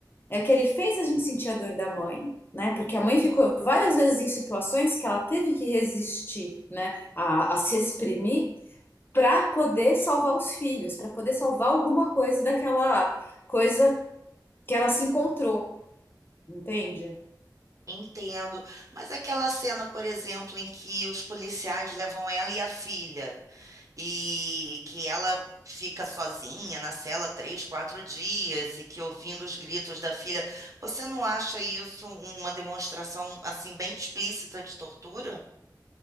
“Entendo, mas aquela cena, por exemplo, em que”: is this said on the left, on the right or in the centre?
Right